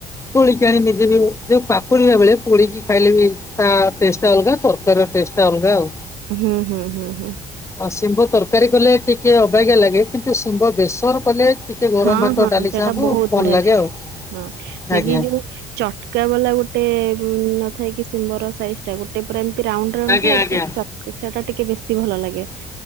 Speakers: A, on the left; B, on the right.
A: ତୋଳିକି ଆଣି ନିଜେ ବି ମୁଁ ଯୋଉ ପାକୁଳିଆ ବେଳେ ପୋଡିକି ଖାଇଲେ ବି ତା ଟେଷ୍ଟ ଅଲଗା ତରକାରୀର ଟେଷ୍ଟଟା ଅଲଗା ଆଉ।
B: ହୁଁ ହୁଁ ହୁଁ ହୁଁ।
A: ଅ, ଶିମ୍ବ ତରକାରୀ କଲେ ଟିକେ ଅବାଗିଆ ଲାଗେ କିନ୍ତୁ ଶିମ୍ବ ବେସର କଲେ ଟିକେ ଗରମ
B: ହଁ
A: ଭାତ
B: ହଁ
A: ଡାଲି
B: ସେଟା
A: ସାଙ୍ଗକୁ
B: ବହୁତ
A: ଭଲ
B: ବଢିଆ
A: ଲାଗେ ଆଉ।
B: ହଁ ବାକି
A: ଆଜ୍ଞା
B: ଯୋଉ ଚଟକା ବାଲା ଗୋଟେ ଥାଏ କିି ଶିମ୍ବ ର ସାଇଜ ଗୋଟେ ପୁରା ଏମିତି ଗୋଟେ ପୁରା ରାଉଣ୍ଡ ରାଉଣ୍ଡ
A: ଆଜ୍ଞା
B: ଥାଏ ଆଉ ଗୋଟେ
A: ଆଜ୍ଞା
B: ଚାଟକା ସେଟା ଟିକେ ବେଶୀ ଭଲ ଲାଗେ